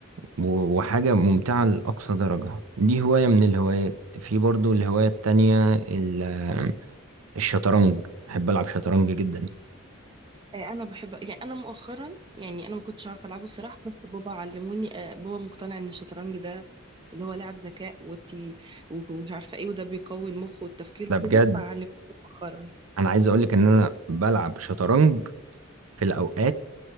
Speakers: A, on the right (about 85°); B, on the right (about 20°).
A: و- وحاجة ممتعة لأقصى درجة دي هواية من الهوايات في برضو الهواية التانية ال- الشطرنج بحب ألعب شطرنج جدا
B: آه، انا بحب يعني انا مؤخرا يعني انا ما كنتش عارفه العبه الصراحه بس بابا علموني آه، بابا مقتنع ان الشطرنج ده اللي هو لعب ذكاء وتي ومش عارفه ايه وده بيقوي المخ والتفكير
A: ده
B: وكده
A: بجد
B: فعلموني مؤخرا
A: أنا عايز أقولك إن أنا بلعب شطرنج في الأوقات